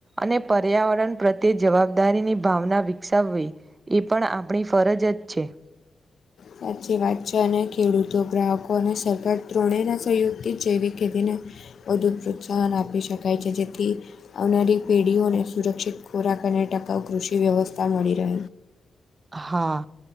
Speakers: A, on the right (about 30°); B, on the left (about 55°).
A: અને પર્યાવરણ પ્રત્યે જવાબદારીની ભાવના વિકસાવવી એ પણ આપણી ફરજ જ છે.
B: સાચી વાત છે અને ખેડૂતો ગ્રાહકો અને સરકાર ત્રણેના સહયોગથી જૈવિક ખેતીને વધુ પ્રોત્સાહન આપી શકાય છે જેથી આવનારી પેઢીઓને સુરક્ષિત ખોરાક અને ટકાઉ કૃષિ વ્યવસ્થા મળી રહે.
A: હા